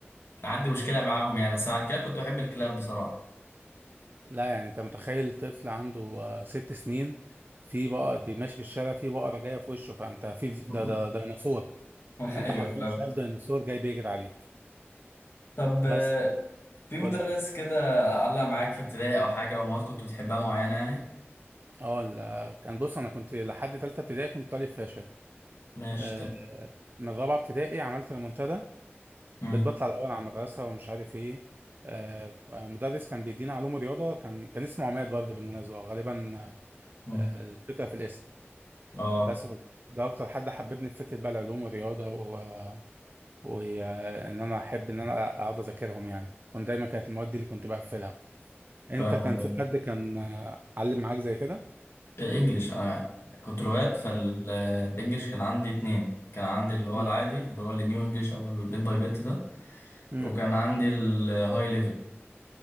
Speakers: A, on the left (about 65°); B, on the right (about 45°).
A: عندي مشكله معاهم يعني بس مع الكلاب كنت بحب الكلاب بصراحه
B: لا يعني انت متخيل طفل عنده آه، ست سنين في بقى بيمشي في الشارع في بقرة جاية في وشه فانت في ده
A: <laughs>
B: ده ده ديناصور انت
A: ايوه
B: حرفيا
A: فاهم
B: شايف ديناصور جاي بيجري عليك
A: طب
B: بس
A: في مدرس
B: قول لي
A: كده علق معاك في ابتدائي او حاجه او مواد كنت بتحبها معينه يعني
B: اه ال- كان بص انا كنت لحد ثالثة ابتدائي كنت طالب فاشل
A: مش
B: آه،
A: تمام
B: من رابعة ابتدائي عملت ريمونتادا
A: مم،
B: بقيت بطلع الاول على المدرسة ومش عارف ايه آه، آه، مدرس كان بيدينا علوم رياضة كان كان اسمه عماد برضه بالمناسبة غالبا
A: مم.
B: آه، الفكرة في الاسم
A: اه
B: بس ده اكتر حد حببني في فكره بقى العلوم والرياضه و... وان انا احب ان انا اقعد اذاكرهم يعني كنت دايما كانت المواد دي اللي كنت بقفلها انت
A: فاهمك
B: كان
A: أيوة.
B: في حد كان آه، علم معاك زي كده
A: الانجليش انا كنت لغات فالانجليش
B: امم
A: كان عندي اتنين كان عندي اللي هو
B: امم
A: العادي اللي هو النيو انجليش او البيت باي بيت ده
B: أمم.
A: وكان عندي الهاي ليفل